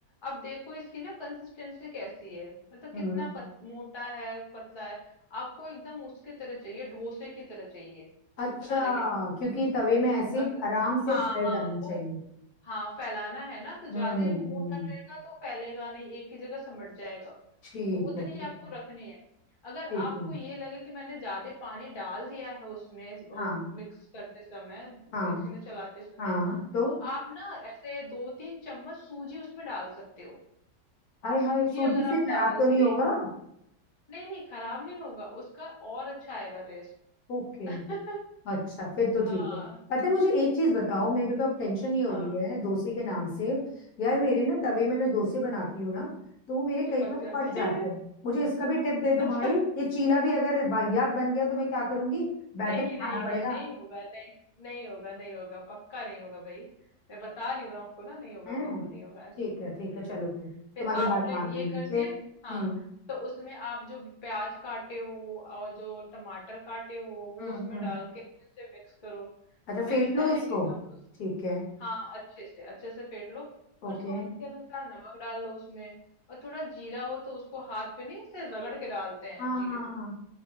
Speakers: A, on the left; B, on the left.
A: अब देखो इसकी ना कंसिस्टेंसी कैसी है मतलब
B: हम्म
A: कितना पत, मोटा है पतला है आपको एकदम उसकी तरह चाहिए डोसे की तरह चाहिए
B: अच्छा
A: उतना रहे वो
B: क्योंकि तवे में ऐसे
A: अगर
B: आराम से
A: हाँ
B: फैल
A: हाँ
B: जाना चाहिए
A: वो हाँ फैलाना है ना तो
B: हम्म
A: ज्यादा मोटा
B: हम्म
A: रहेगा तो फैलेगा नहीं एक ही जगह सिमट जाएगा
B: ठीक
A: तो उतनी
B: है ठीक
A: आपको
B: है
A: रखनी है अगर
B: ठीक
A: आपको
B: है
A: ये लगे कि मैंने ज्यादा पानी डाल दिया है उसमें वो
B: हाँ
A: मिक्स करते समय
B: हाँ
A: मिक्सी में चलाते समय
B: हाँ तो
A: तो आप ना ऐसे दो तीन चम्मच सूजी उसमें डाल सकते हो
B: हाय हाय
A: सूजी
B: सूजी
A: अगर
B: से
A: आप
B: खराब
A: डाल
B: तो नहीं
A: दिए
B: होगा
A: नहीं नहीं खराब नहीं होगा उसका और अच्छा आएगा टेस्ट
B: ओके
A: <laughs>
B: अच्छा फिर तो
A: हाँ
B: ठीक है पता है मुझे एक चीज बताओ मेरे को अब टेंशन नहीं हो
A: हाँ
B: रही है डोसे के नाम से
A: हम्म,
B: यार मेरे ना तवे में मैं डोसे बनाती हूँ ना तो वो मेरे
A: चिपक
B: कई बार
A: जाती
B: फट जाते
A: है <laughs>
B: हैं मुझे इसका भी टिप दे दो
A: अच्छा
B: भाई ये चीला भी अगर वाहियात बन गया तो मैं क्या करूंगी बैटर
A: नहीं
B: खाना
A: नहीं
B: पड़ेगा
A: नहीं नहीं होगा नहीं नहीं होगा नहीं होगा पक्का नहीं होगा भाई मैं बता रही हूँ आपको ना नहीं होगा
B: हैं
A: बिल्कुल नहीं होगा ऐसा
B: ठीक है ठीक
A: हम्म
B: है चलो फिर
A: फिर
B: तुम्हारी
A: आपने
B: बात मान रही
A: ये
B: हूँ
A: कर
B: फिर
A: दिया हाँ
B: हम्म
A: तो उसमें आप जो प्याज काटे हो और जो टमाटर काटे हो वो
B: हम्म
A: उसमें
B: हम्म
A: डाल के अच्छे से मिक्स करो
B: अच्छा
A: मिक्स
B: फेंट लो
A: करने
B: इसको
A: के बाद उस
B: ठीक है
A: हाँ अच्छे से अच्छे से फेंट लो
B: ओके
A: और स्वाद के अनुसार नमक डाल लो उसमें और थोड़ा जीरा हो तो उसको हाथ पे नहीं ऐसे रगड़ के डालते हैं
B: हाँ
A: जीरे
B: हाँ
A: को
B: हाँ